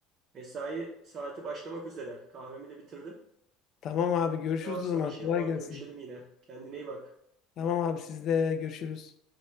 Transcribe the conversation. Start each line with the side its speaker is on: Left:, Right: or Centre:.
Right: Mesai saati başlamak üzere. Kahvemi de bitirdim.
Left: Tamam abi görüşürüz
Right: Daha sonra
Left: o zaman.
Right: şey
Left: Kolay
Right: yapalım,
Left: gelsin.
Right: görüşelim yine. Kendine iyi bak.
Left: Tamam abi sizde görüşürüz.